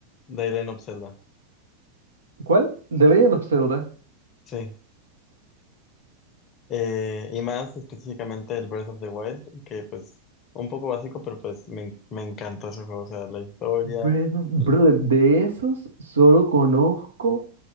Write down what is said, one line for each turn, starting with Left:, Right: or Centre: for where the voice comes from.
Left: The Legend of Zelda.
Right: ¿Cuál? The Legend of Zelda.
Left: Sí. Eh, y más específicamente el Breath of the Wild, que pues un poco básico, pero pues me, en- me encantó ese juego, o sea, la historia.
Right: Breath of-
Left: l-
Right: Brother, de esos solo conozco